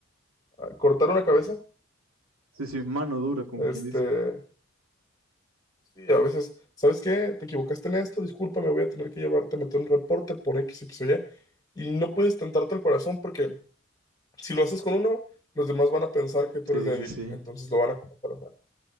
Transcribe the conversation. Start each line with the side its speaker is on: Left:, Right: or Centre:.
Left: ah, cortar una cabeza
Right: sí, sí, mano dura, como
Left: Este,
Right: quien dice.
Left: sí, a veces, ¿sabes qué? Te equivocaste en esto, discúlpame, voy a tener que llevarte a meter un reporte por X, X o Y. Y no puedes tentarte el corazón porque si lo haces con uno, los demás van a pensar que tú
Right: Sí,
Left: eres débil,
Right: sí, sí.
Left: entonces lo van a comenzar a hacer.